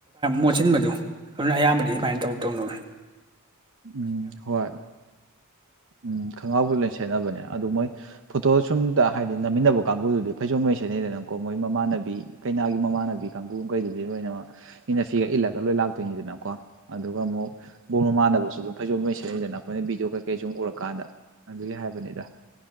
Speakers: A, on the right; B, on the right.
A: ꯃꯣꯠꯁꯤꯟꯕꯗꯣ ꯑꯗꯨꯅ ꯑꯌꯥꯝꯕꯗꯤ ꯗꯨꯃꯥꯏꯅ ꯇꯧ ꯇꯧꯅꯕꯅꯦ
B: ꯎꯝ ꯍꯣꯏ ꯎꯝ ꯈꯣꯡꯒ꯭ꯔꯥꯎꯒ ꯂꯣꯏ ꯁꯦꯠꯅꯕꯅꯦ ꯑꯗꯨ ꯃꯣꯏ ꯐꯣꯇꯣ ꯁꯨꯝꯇ ꯍꯥꯏꯗꯤ ꯅꯝꯃꯤꯟꯅꯕ ꯀꯥꯡꯕꯨꯗꯨꯗꯤ ꯐꯩꯖꯣꯝ ꯂꯣꯏ ꯁꯦꯠꯅꯩꯗꯅꯀꯣ ꯃꯣꯏ ꯃꯃꯥꯟꯅꯕꯤ ꯀꯩꯅꯥꯒꯤ ꯃꯃꯥꯟꯅꯕꯤ ꯀꯥꯡꯕꯨ ꯀꯩꯗꯨꯕꯤ ꯂꯣꯏꯅꯃꯛ ꯏꯟꯅ ꯐꯤꯒ ꯏꯜꯂꯒ ꯂꯣꯏ ꯂꯥꯛꯇꯣꯏꯅꯤꯗꯅꯀꯣ ꯑꯗꯨꯒ ꯑꯃꯨꯛ ꯕꯣꯔ ꯃꯥꯟꯅꯕꯁꯨ ꯨ ꯑꯗꯨꯝ ꯐꯩꯖꯣꯝ ꯂꯣꯏ ꯁꯦꯠꯅꯏꯗꯅ ꯑꯩꯈꯣꯏꯅ ꯚꯗꯤꯑꯣ ꯀꯩꯀꯩ ꯁꯨꯝ ꯎꯔꯀꯥꯟꯗ ꯑꯗꯨꯒꯤ ꯍꯥꯏꯕꯅꯤꯗ